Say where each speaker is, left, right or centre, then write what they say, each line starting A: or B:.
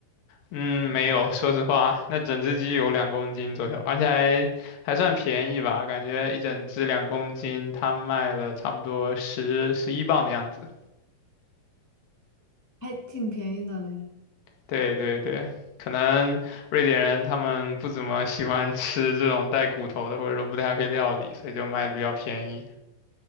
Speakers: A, on the left (about 70°); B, on the left (about 15°).
A: 嗯，没有，说实话，那整只鸡有两公斤左右，而且还还算便宜吧，感觉一整只两公斤，它卖了差不多十十一磅的样子。
B: 还挺便宜的嘞。
A: 对对对，可能瑞典人他们不怎么喜欢吃这种带骨头的，或者说不太会料理，所以就卖的比较便宜。